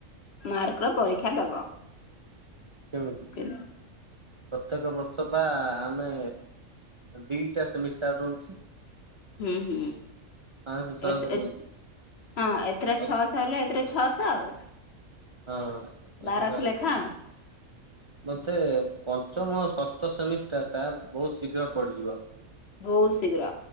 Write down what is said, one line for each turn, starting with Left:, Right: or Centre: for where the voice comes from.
Left: ମାର୍କ ର ପରୀକ୍ଷା ଦବ
Right: କେବେବି ହେଇଚି
Left: ହୁଁ
Right: ପ୍ରତ୍ୟେକ ବର୍ଷ ବା ଆମେ ଦିଟା ସେମିଷ୍ଟାର ରହୁଚି।
Left: ହୁଁ ହୁଁ
Right: ପାଞ୍ଚଶହ ଛଅଶହ
Left: ଏଠି
Right: କେମିତି
Left: ଏ ହଁ ଏଥିରେ
Right: ହଁ
Left: ଛଅଶହ ହେଲେ ଏଥିରେ ଛଅଶହ ଆଉ।
Right: ହଁ ଏଟିକେ
Left: ବାରଶହ
Right: ଅଧ୍ୟିକ।
Left: <inaudible>
Right: ମୋତେ ପଞ୍ଚମ ଷଷ୍ଠ ସେମିଷ୍ଟାରଟା ବହୁତ୍ ଶୀଘ୍ର ପଡ଼ିଯିବ।
Left: ବହୁତ୍ ଶିଘ୍ର।